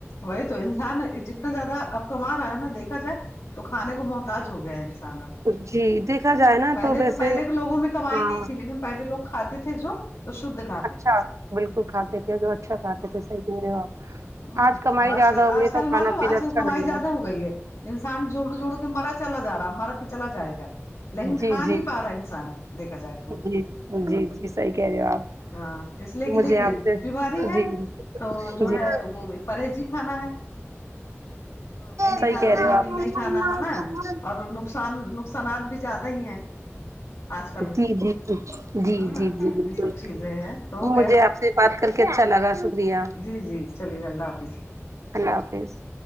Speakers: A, on the left; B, on the right.
A: وہی تو انسان جتنا زیادہ اب کما رہا ہے نا دیکھا جائے تو کھانے کو محتاج ہو گیا ہے انسان اب
B: جی دیکھا جائے نا
A: پہلے
B: تو ویسے
A: کے پہلے کے لوگوں میں کمائی
B: ہاں
A: نہیں تھی لیکن پہلے لوگ کھاتے تھے جو تو شدھ کھاتے
B: اچھا
A: تھے
B: بالکل کھاتے تھے جو اچھا کھاتے تھے صحیح کہہ رہے ہے آپ
A: امم
B: کمائی
A: اب آج
B: زیادہ
A: کل
B: ہو
A: آج
B: گئی
A: کل
B: تو کھانا
A: معلوم
B: پینا
A: آج
B: اچھا
A: کل کمائی
B: نہیں
A: زیادہ ہو گئی ہے انسان جوڑ جوڑ کے مرض چلا جارا مرا کے چلا جائے گا
B: جی
A: لیکن کھا
B: جی
A: نہیں
B: جی
A: پا رہا انسان دیکھا جائے تو
B: جی جی جی صحیح کہہ رہے ہو آپ
A: ہاں اس لیے کہ
B: مجھے
A: دیکھیے
B: آپ سے
A: بیماری میں
B: جی
A: تو جو
B: جی
A: ہے
B: جی
A: وہ بھی پرہیزی کھانا ہے یہ نہیں
B: صحیح
A: کھانا
B: کہہ
A: انہیں
B: رہے ہو آپ
A: نہیں کھانا ہے نا اب اور نقصان نقصانات بھی زیادہ ہی ہیں آج کل
B: جی جی جی جی
A: ہے نا
B: جی جی بالکل
A: یہ سب چیزیں ہیں تو ہو گیا
B: مجھے آپ سے بات کر کے اچھا لگا شکریہ
A: جی جی چلیے اللہ حافظ
B: اللہ حافظ